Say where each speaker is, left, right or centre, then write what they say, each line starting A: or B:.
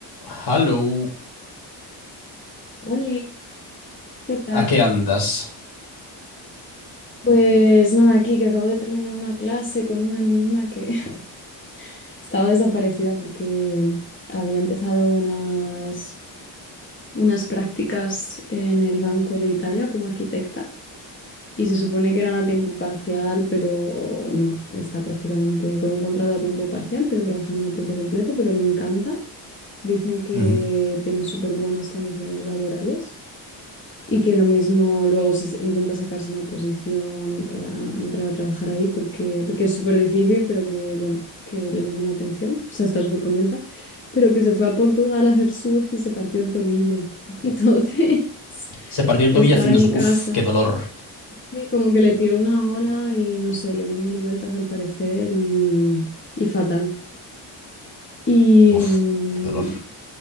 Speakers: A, on the left (about 55°); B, on the left (about 25°).
A: Hello,
B: Hola, ¿qué tal?
A: ¿a qué andas?
B: Pues nada, aquí que acabo de terminar una clase con una alumna que <laughs> estaba desaparecida porque había empezado unas, unas prácticas en el Banco de Italia como arquitecta y se supone que eran a tiempo parcial, pero no, está prácticamente con un contrato a tiempo parcial, pero trabajando a tiempo completo, pero le encanta. Dicen que
A: Ujú.
B: tienen súper buenas condiciones laborales. y que lo mismo luego se intenta sacarse una oposición para entrar a trabajar ahí porque, porque es súper difícil, pero que bueno, que le llama la atención, o sea, está súper contenta, pero que se fue a Portugal a hacer surf y se partió el tobillo. <laughs> Entonces,
A: Se partió el
B: está
A: tobillo haciendo...
B: ahora en
A: su- Uf,
B: casa.
A: qué dolor.
B: Sí, como que le tiró una ola y no sé, le dio mil vueltas al parecer y, y fatal. Y,
A: Uf,
B: mm,
A: qué dolor.